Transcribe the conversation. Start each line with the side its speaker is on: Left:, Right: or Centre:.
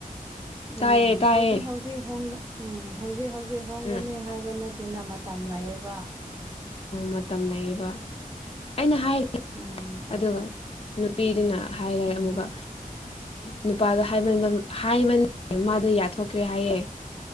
Left: ꯇꯥꯏꯌꯦ
Right: ꯎꯝ
Left: ꯇꯥꯏꯌꯦ
Right: ꯍꯧꯖꯤꯛ ꯍꯧꯖꯤꯛ ꯍꯧꯖꯤꯛ ꯍ ꯎꯝ ꯍꯧꯖꯤꯛ ꯍꯧꯖꯤꯛ ꯍꯣꯡꯒꯅꯤ
Left: ꯎꯝ
Right: ꯍꯥꯏꯕ ꯅꯠꯇꯅ ꯃꯇꯝ ꯂꯩꯑꯕ
Left: ꯃꯇꯝ ꯂꯩꯌꯦꯕ ꯑꯩꯅ ꯍꯥꯏꯔꯤ
Right: ꯎꯝ ꯑꯗꯨꯅ
Left: ꯑꯗꯨꯒ ꯅꯨꯄꯤꯗꯨꯅ ꯍꯥꯏꯔꯦ
Right: ꯎꯝ
Left: ꯑꯃꯨꯛꯀ ꯅꯨꯄꯥꯗꯣ ꯍꯥꯏꯃꯟ ꯍꯥꯏꯃꯟ ꯃꯥꯗꯣ ꯌꯥꯊꯣꯛꯈ꯭ꯔꯦ ꯍꯥꯏꯌꯦꯦ